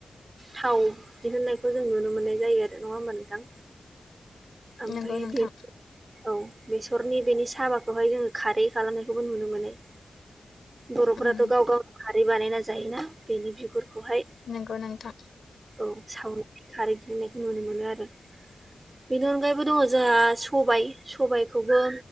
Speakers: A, on the right; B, on the left.
A: थाव दिहुननायखौ जों नुनो मोनो जायो आरो नङा होमबा नोंथां? ओमफाय
B: नंगौ नोंथां
A: बे औ बेसरनि बेनि साबाखौहाय जोङो खारै खालामनायखौबो नुनो मोनो बर'फोराथ'
B: उम
A: गाव गाव खारै बानायना जायोना बेनि बिगुरखौहाय
B: नोंगौ नोंथां
A: औ साव खारै <unintelligible> नुनो मोनो आरो बेनि अनगायैबो दङ जोंहा सबाय सबायखौबो